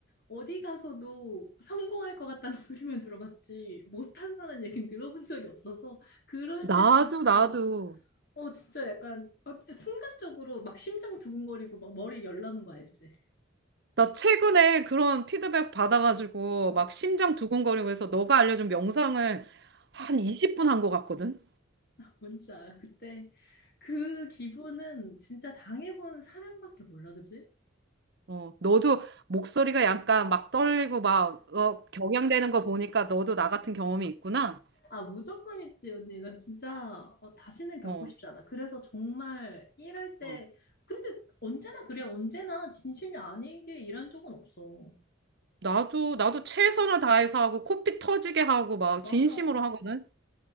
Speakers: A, on the left; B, on the right.
A: 어디 가서도 성공할 것 같다는 <laughs> 소리만 들어봤지, 못한다는 얘기는 들어본 적이 없어서, 그럴
B: 나도,
A: 때 진짜,
B: 나도.
A: 어, 진짜 약간, 어때, 순간적으로 막 심장 두근거리고 막 머리 열나는 거 알지?
B: 나 최근에 그런 피드백 받아가지고,
A: 어.
B: 막 심장 두근거리고 해서 너가 알려준 명상을 한 20분 한 것 같거든?
A: 뭔지 알아? 그때 그 기분은 진짜 당해본 사람밖에 몰라, 그지?
B: 어, 너도 목소리가 약간 막 떨리고 막 어, 격양되는 거 보니까 너도 나 같은 경험이 있구나.
A: 아, 무조건 있지, 언니. 나 진짜 어, 다시는 겪고
B: 어,
A: 싶지 않아. 그래서 정말 일할 때,
B: 어.
A: 근데 언제나 그래. 언제나 진심이 아니게 일한 적은 없어.
B: 나도 나도 최선을 다해서 하고 코피 터지게 하고 막
A: 맞아.
B: 진심으로 하거든.